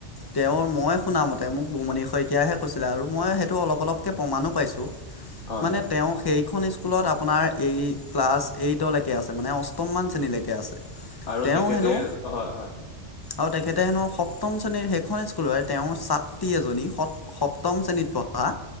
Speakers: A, on the left; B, on the left.
A: তেওঁৰ মই শুনামতে তেওঁ মোক বুমণি শইকীয়াহে কৈছিলে আৰু মই সেইটো অলপ অলপকৈ প্ৰমাণো পাইছোঁ
B: হয়
A: মানে
B: হয়
A: তেওঁক এইখন স্কুলত আপোনাৰ এই ক্লাছ এইটলৈকে আছে মানে অষ্টমমান শ্ৰেণীলৈকে আছে
B: আৰু
A: তেওঁ
B: তেখেতে
A: হেনো
B: হয় হয়
A: আৰু তেখেতে হেনো সপ্তম শ্ৰেণীৰ সেইখন স্কুলৰে তেওঁৰ ছাত্ৰী এজনী সপ্তম শ্ৰেণীত পঢ়া